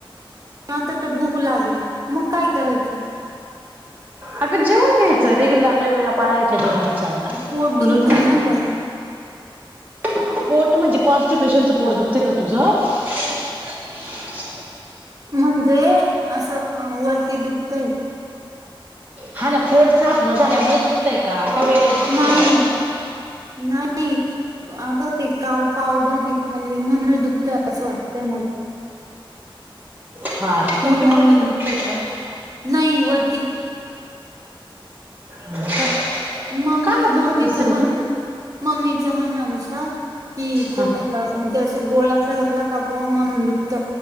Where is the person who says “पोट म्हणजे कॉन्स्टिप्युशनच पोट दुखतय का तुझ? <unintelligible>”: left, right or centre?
Right